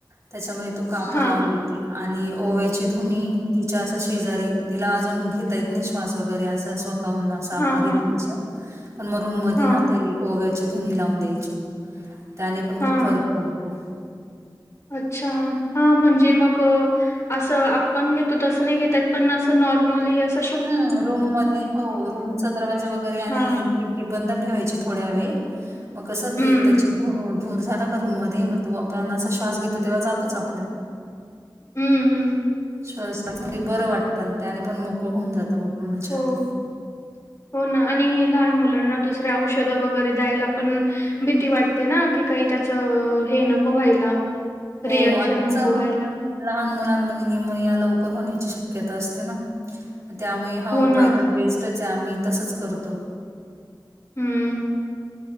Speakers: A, on the right; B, on the left.
A: त्याच्यामध्ये तो कापूर
B: हा
A: लावून देत आणि ओव्याची धुनी तिच्या असं शेजारी तिला अजून घेता येत नाही श्वास वगैरे असं स्वः तः असं आपण
B: हा
A: घेतो
B: हा
A: तस. पण मग रूम मध्ये
B: हा
A: ना ते ओव्याची धुनी लावून द्यायची. त्याने पण
B: हा
A: खूप फरक पडतो.
B: अच्छा हा म्हणजे मग असं आपण घेतो तसं नाही घेतात पण असं नॉर्मली अस
A: हम्म रूम मध्ये हो रूमचा दरवाजा वगैरे आणि
B: हा
A: खिड की बंद ठेवायची थोड्या वेळ मग कस
B: हम्म
A: ते त्याची
B: हम्म
A: धूर धूर झाला का रूम मध्ये मग तो आपण असा श्वास घेतो तेव्हा जातोच आपल्या
B: हम्म हम्म.
A: श्वास घेताना बरं वाटतं. त्याने पण मोकळ होऊन जातं मग पूर्ण
B: हो
A: छाती.
B: हो ना आणि हे लहान मुलांना दुसरे औषधं वगैरे द्यायला आपण भीती वाटते ना की काही त्याचं हे नको व्हायला
A: हो
B: रिएक्शन
A: आणि
B: नको
A: त
B: व्हायला.
A: लहान मुलांमध्ये न्यमोनिया लवकर होण्याची शक्यता असते ना त्यामुळे हा
B: हो
A: उपाय
B: ना.
A: तर बेस्टच आहे आम्ही तसच करतो
B: हम्म